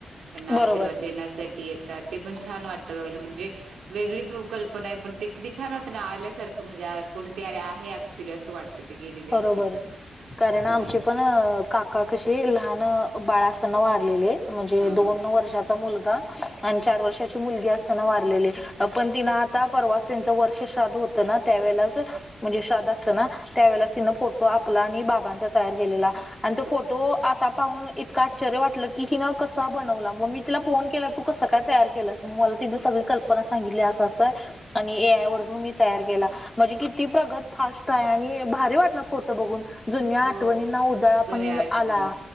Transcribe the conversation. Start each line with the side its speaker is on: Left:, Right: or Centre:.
Right: त्यांना
Left: बरोबर
Right: आशीर्वाद देण्यासाठी येत ते पण छान वाटत बघायला. म्हणजे वेगळीच हो कल्पना आहे. पण ते किती छान वाटत ना आल्यासारखं. म्हणजे कोण तरी आहे ऍक्च्युअली अस वाटत. ते गेले
Left: बरोबर
Right: व्यक्ती पण
Left: कारण
Right: असं
Left: आमचे
Right: झालं
Left: पण काका कसे, लहान बाळ असताना वारलेले. म्हणजे
Right: हा
Left: दोन
Right: हा
Left: वर्षाचा मुलगा. आणि
Right: हम्म
Left: चार वर्षाची मुलगी असताना वारलेले. पण तिन आता परवाच त्यांच वर्ष श्राद्ध होत ना त्यावेळेलाच म्हणजे श्राद्ध असत ना. त्यावेेळेलाच तिनं फोटो आपला आणि बाबांचा तयार केलेला. आणि तो फोटो असा पाहून इतका आश्चर्य वाटल. की हिनं कसा बनवला. मग मी तिला फोन केला तू कसं काय तयार केलंस. मग मला तिने सगळी कल्पना सांगितली असं असं आहे. आणि ए आय वरून मी तयार केला. म्हणजे किती प्रगत फास्ट आणि भारी वाटल फोटो बघून. जुन्या आठवणींना
Right: हो
Left: उजाळा
Right: जुन्या
Left: पण
Right: आठवणी
Left: आला.